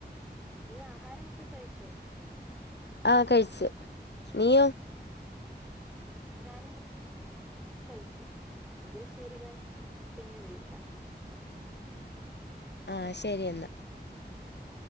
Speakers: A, in the centre; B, on the left.
A: നീ ആഹാരമൊക്കെ കഴിച്ചോ?
B: ആ കഴിച്ച് നീയോ?
A: ഞാനും കഴിച്ചു എങ്കിൽ ശരി ഞാൻ പിന്നെ വിളിക്കാം
B: ആ ശരി എന്ന
A: ശരി